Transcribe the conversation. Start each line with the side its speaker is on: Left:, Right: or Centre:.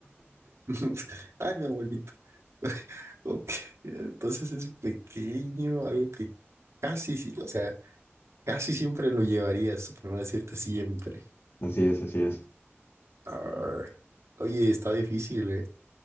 Right: <laughs> Ay, mi abuelito. <laughs> Ok, Entonces es pequeño, algo que casi, sí- o sea, casi siempre lo llevarías, por no decirte siempre.
Left: Así es, así es.
Right: Arr. Oye, está difícil, ¿eh?